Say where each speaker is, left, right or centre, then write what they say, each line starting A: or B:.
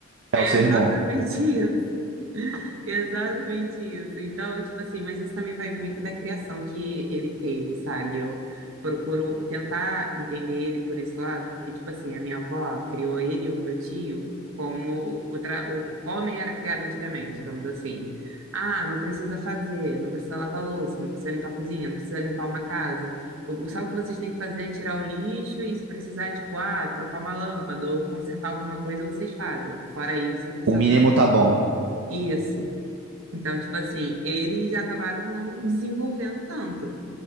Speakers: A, on the right (about 60°); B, on the right (about 80°).
A: É
B: É
A: o seu
B: exatamente
A: irmão.
B: <laughs> isso. Exatamente isso. Então, tipo assim, mas isso também vai muito da criação que ele teve, sabe? Eu procuro tentar entender ele por esse lado, porque, tipo assim, a minha avó criou ele e o meu tio como o, tra- o homem era criado antigamente, digamos assim. Ah, não precisa fazer, não precisa lavar louça, não precisa limpar a cozinha, não precisa limpar uma casa. O, o- só o que vocês têm que fazer é tirar o lixo e se precisar, tipo, ah, trocar uma lâmpada ou consertar alguma coisa, vocês fazem. Fora isso, não precisa.
A: O mínimo tá bom.
B: Isso. Então, tipo assim, eles acabaram não desenvolvendo tanto.